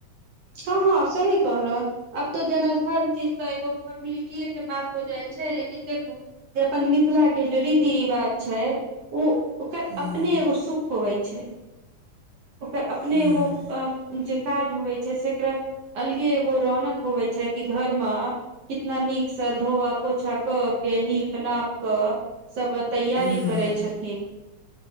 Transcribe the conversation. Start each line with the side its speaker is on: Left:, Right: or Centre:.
Right: हँ हँ सही कहलऊ आब तऽ जेना हर चीज तऽ एगो फोर्मेलिटीए के बात हो जाइ छै लेकिन देखू जे अपन मिथिला के जे रीति रिवाज छै उ ओकर
Left: हूँ
Right: अपने एगो सुख होए छै ओकर अपने
Left: हूँ
Right: एगो अं जे काज होबै छै सेकरा अलगे एगो रौनक होवै छै कि घरमे कितना नीक स धोआ पोछा क के नीप नाप कऽ सब तैयारी
Left: हूँ
Right: करै छथिन